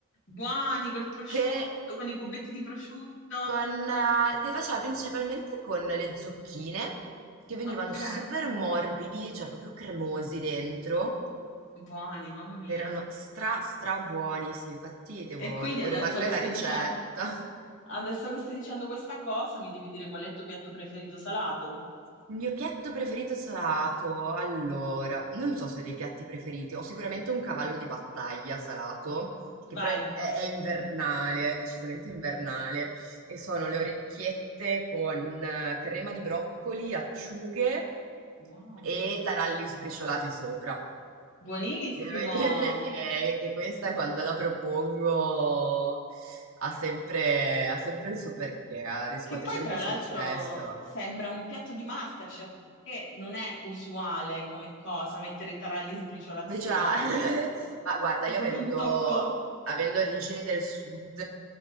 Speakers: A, on the left (about 60°); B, on the right (about 85°).
A: Buoni col prosciutto,
B: che
A: con i cubetti di prosciutto,
B: con, eh, li faceva principalmente con le zucchine, che venivano
A: ok.
B: super morbidi, cioè proprio cremosi dentro.
A: Buoni, mamma mia.
B: Erano stra stra buoni, sì, infatti devo,
A: E quindi
B: devo
A: adesso
B: rubarle
A: che
B: la
A: stai
B: ricetta.
A: dicendo, adesso che stai dicendo questa cosa, mi devi dire qual è il tuo piatto preferito salato.
B: Il mio piatto preferito salato, allora, non so se ho dei piatti preferiti, ho sicuramente un cavallo di battaglia salato,
A: Mm.
B: che
A: Vai.
B: però è, in- è- è invernale, è decisamente invernale, e sono le orecchiette con eh, crema di broccoli, acciughe
A: Buono.
B: e taralli sbriciolati sopra.
A: Buonissimo.
B: Devo dire che, che questa quando la propongo ha sempre, ha sempre il suo perché, eh, riscuote
A: Che poi,
B: sempre
A: tra
B: successo.
A: l'altro, sembra un piatto di MasterChef, perché non è usuale come cosa mettere i taralli sbriciolati
B: Beh,
A: sopra.
B: già, <laughs> ma guarda,
A: È
B: io
A: proprio
B: avendo,
A: un tocco.
B: avendo origini del sud,